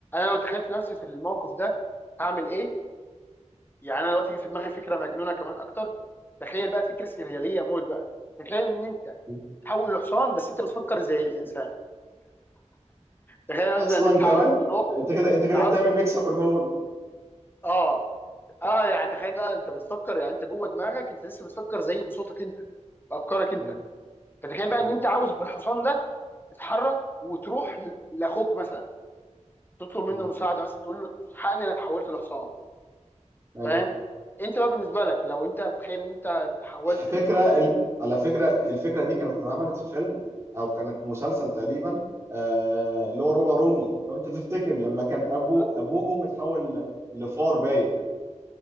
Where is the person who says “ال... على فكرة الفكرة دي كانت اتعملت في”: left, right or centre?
Right